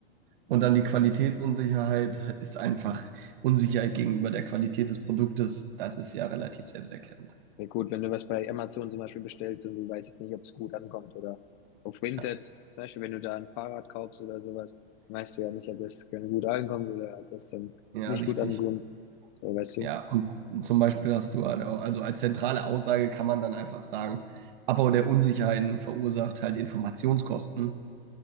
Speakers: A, on the right (about 60°); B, on the left (about 40°).
A: Und dann die Qualitätsunsicherheit ist einfach Unsicherheit gegenüber der Qualität des Produktes. Das ist ja relativ selbsterklärend.
B: Ja, gut, wenn du was bei Amazon zum Beispiel bestellst und du weißt jetzt nicht, ob es gut ankommt oder auf Vinted,
A: Ja,
B: zum Beispiel, wenn du da ein Fahrrad kaufst oder sowas, dann weißt du ja nicht, ob das gut ankommt oder ob das dann
A: ja,
B: nicht
A: richtig.
B: gut ankommt. So, weißt
A: Ja,
B: du?
A: und zum Beispiel hast du halt auch, also als zentrale Aussage kann man dann einfach sagen, Abbau der Unsicherheiten verursacht halt Informationskosten